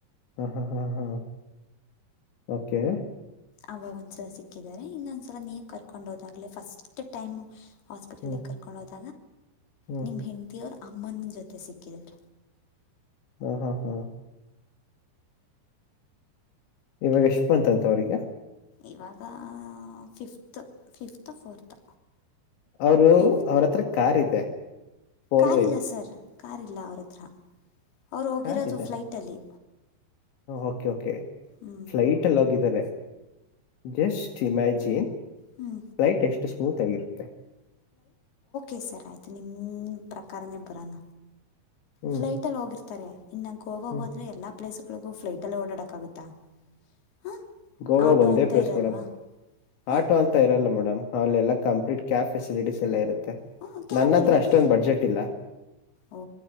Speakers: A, on the left; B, on the left.
A: ಹಾ ಹಾ ಹಾ ಹಾ ಓಕೆ
B: ಅವಾಗ ಒಂದ್ಸಲ ಸಿಕ್ಕಿದ್ದಾರೆ ಇನ್ನೊಂದ್ಸಲ ನೀವ್ ಕರ್ಕೊಂಡ್ ಹೋದಾಗ್ಲ ಫಸ್ಟ್ ಟೈಮ್ ಹಾಸ್ಪಿಟಲ್ಗೆ
A: ಹ್ಮ್
B: ಕರ್ಕೊಳ್ಳೋದು
A: ಹ್ಮ್
B: ನಿಮ್ ಹೆಂಡ್ತಿಿಯ ಅವರ್ ಅಮ್ಮನ ಜೊತೆ ಸಿಕ್ಕಿದಾರ
A: ಹ್ಮ ಹ್ಮ್ ಹ್ಮ್ ಇವಾಗ ಯಶಮಂತ್ ಅಂತ ಅವ್ರಗ
B: ಇವಾಗ ಫಿಫ್ತ್ ಫಿಫ್ತ್ ಫೋರ್ತ್
A: ಅವರು
B: ಫಿಫ್ತ್
A: ಅವ್ರತ್ರ ಕಾರ್ ಇದೆ ಪೋಲೋ
B: ಕಾರಿಲ್ಲ
A: ಇದೆ
B: ಸರ್ ಕಾರಿಲ್ಲ ಅವ್ರ ಹತ್ರ ಅವ್ರು ಹೋಗಿರೋದು
A: ಕಾರ್ ಇದೆ
B: ಫ್ಲೈಟಲ್ಲಿ
A: ಓಕೆ ಓಕೆ
B: ಹ್ಞೂ
A: ಫ್ಲೈಟಲ್ಲಿೋಗಿದ್ದಾರೆ ಜಸ್ಟ್ ಇಮ್ಯಾಜಿನ್
B: ಹ್ಮ
A: ಫ್ಲೈಟ್ ಎಷ್ಟು ಸ್ಮೂತ್ ಆಗಿರುತ್ತೆ
B: ೆ ಸರ್ ಆಯ್ತು ಅದು ನಿಮ ಪ್ರಕಾರನೇ ಬರೋಣ
A: ಹ್ಮ್
B: ಫ್ಲೈಟ್ ಅಲ್ಲಿ ಹೋಗಿರ್ತಾರೆ ಇನ್ನ ಗೋವಾಗ
A: ಹ್ಮ್
B: ಹೋದ್ರೆ ಎಲ್ಲಾ ಪ್ಲೇಸ್ ಳಗೂ ಫ್ಲೈಟಲ್ಲಿ ಓಡಾಡೋಕ್ಕಾಗುತ್ತಾ ಹಾಂ
A: ಗೋವಾಗ
B: ಆಟೋ
A: ಒಂದೇ
B: ಅಂತ
A: ಪ್ಲೇಸ್
B: ಇರಲ್ವಾ
A: ಮೇಡಮ್
B: ಹಾಂ
A: ಆಟೋ ಅಂತ ಇರಲ್ಲ ಮೇಡಮ್ ಅವೆಲ್ಲ ಕಂಪ್ಲಟ್ ಕ್ಯಾಬ್ ಫೆಸಲಿಟಿಸಸ್ ಎಲ್ಲ ಇರುತ್ತೆ
B: ಹ್ಮ ಕ್ಯಾಬಲಕಿ
A: ನನ್ನ ಹತ್ರ ಅಷ್ಟೊಂದು ಬಡ್ಜೆಟ್ ಇಲ್ಲ
B: ಓ